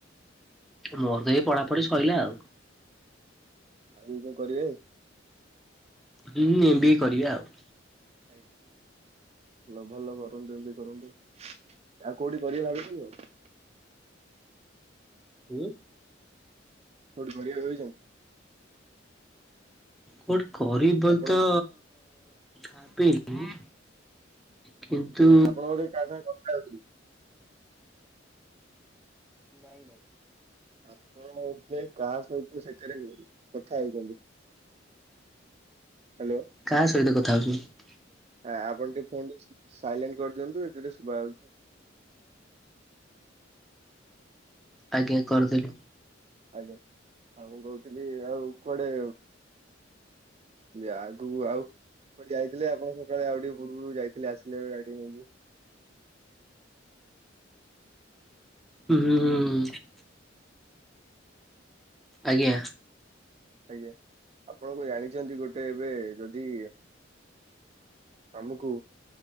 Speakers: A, in the centre; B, on the right (about 35°).
A: ମୋର ତ ଏଇ ପଢାପଢି ସରିଲା ଆଉ।
B: ଆଗକୂ କଣ କରିବେନି?
A: ହୁଁ ଏମ ବି କରିବା ଆଉ।
B: ଆଜ୍ଞା। <unintelligible>
A: ହଁ।
B: କୋଠି ବଢିଆ ରହୁଛ?
A: କୋଉଠି କରିବ ବୋଲି
B: ଆପଣ
A: ତ ଭାବିନି? କିନ୍ତୁ
B: ଆଜ୍ଞା ଆପଣ ବୋଧେ କାହା ସାଙ୍ଗେ କଥା ହଉଛନ୍ତି?
A: ନାଇଁ ନାଇଁ।
B: ଆପଣ ବୋଧେ କାହା ସହିତ ସେଠାରେ କଥା ହଉଛନ୍ତି। ହ୍ୟାଲୋ।
A: କାହା ସହିତ କଥା ହଉଛନ୍ତିି?
B: ଆପଣ ଟିକେ ଫୋନ ସାଇଲେଣ୍ଟ କରିଦିଅନ୍ତୁ ଏଥିରେ ଶୁଭା ହଉଛି।
A: ଆଜ୍ଞା। କରିଦେଲି
B: ଆଜ୍ଞା ଆଉ ମୁଁ କହୁଥିଲି ଆଉ କୁଆଡେ ଯାକୁ ଆଉ କୁ ଯାଇଥିଲେ ଆପଣ ସକାଳେ ଆଉ ଟିକେ ପୂର୍ବରୁ ଯାଇଥିଲେ ଆସିଲେବେ ଗାଡି ନେଇକି।
A: ହୁଁ ହୁଁ
B: ହ୍ୟାଲୋ
A: ହୁଁ। ଆଜ୍ଞା।
B: ଆଜ୍ଞା ଆପଣ କଣ ଜାଣିଛନ୍ତି ଗୋଟେ ଏବେ ଯଦି ଆମକୁ